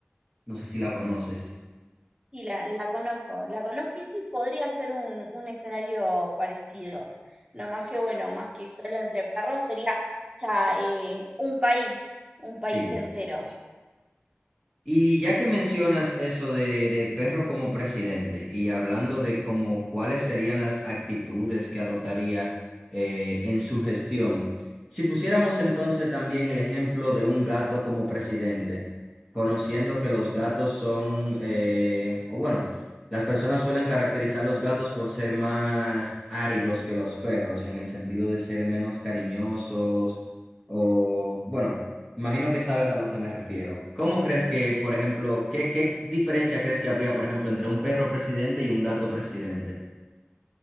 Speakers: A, on the left; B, on the right.
A: No sé si la conoces.
B: Sí, la, la conozco, la conozco y sí podría ser un, un escenario parecido. No más que bueno, más que solo entre perros sería ya eh, un país, un
A: Sí.
B: país entero.
A: Y ya que mencionas eso de, de perro como presidente y hablando de como cuáles serían las actitudes que adoptaría eh, en su gestión, si pusiéramos entonces también el ejemplo de un gato como presidente, conociendo que los gatos son, eh, o bueno, las personas suelen caracterizar a los gatos por ser más áridos que los perros, en el sentido de ser menos cariñosos o, bueno Imagino que sabes a lo que me refiero. ¿Cómo crees que, por ejemplo, qué, qué diferencia crees que habría, por ejemplo, entre un perro presidente y un gato presidente?